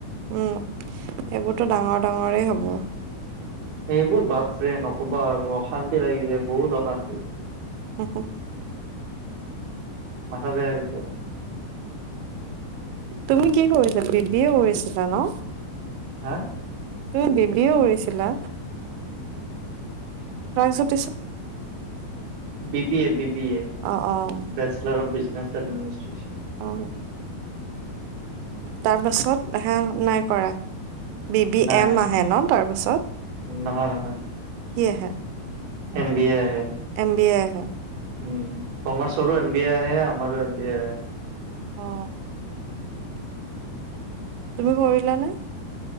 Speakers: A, on the right; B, on the right.
A: উম, সেইবোৰতো ডাঙৰ। ডাঙৰেই হ'ব।
B: এইবোৰ বাপৰে নক'বা আৰু অশান্তি লাগি যায়, বহুত অশান্তি।
A: হু- হু।
B: মাথা বেয়া হৈ যায়।
A: তুমি কি কৰিছা, বি বি য়ে কৰিছিলা ন?
B: হা?
A: তুমি বি বি এ কৰিছিলা? তাৰ পিছত
B: B B A, B B A
A: অ' অ'
B: বেচলাৰ অফ বিজনেছ। চবমিনিষ্ট্ৰেচন।
A: অ। তাৰ পাছত এইহাল নাই কৰা? বি বি
B: নাই
A: এম আহে ন তাৰপাছত,
B: নহয় নহয়
A: কি আহে?
B: এম বি এ আহে।
A: এম বি এ আহে।
B: উম, কমাৰ্চৰো এম বি এ আহে আমাৰো এম বি এ আহেম
A: অ। তুমি কৰিলা নে?